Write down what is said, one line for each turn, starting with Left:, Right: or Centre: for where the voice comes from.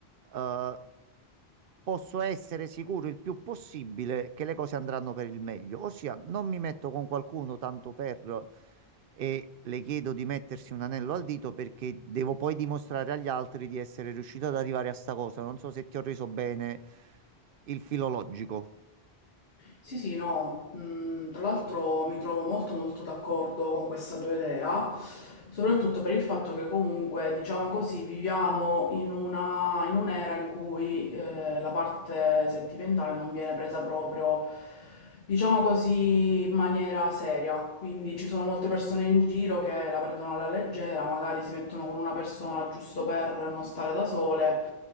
Right: eh, posso essere sicuro il più possibile che le cose andranno per il meglio. Ossia, non mi metto con qualcuno tanto per e le chiedo di mettersi un anello al dito perché devo poi dimostrare agli altri di essere riuscito ad arrivare a sta cosa. Non so se ti ho reso bene il filologico.
Left: Sì, sì, no, mhmm, tra l'altro mi trovo molto, molto d'accordo con questa tua idea, soprattutto per il fatto che comunque, diciamo così, viviamo in una in un'era in cui, ehm, la parte sentimentale non viene presa proprio diciamo così, in maniera seria. Quindi ci sono molte persone in giro che la prendono alla leggera, magari si mettono con una persona giusto per non stare da sole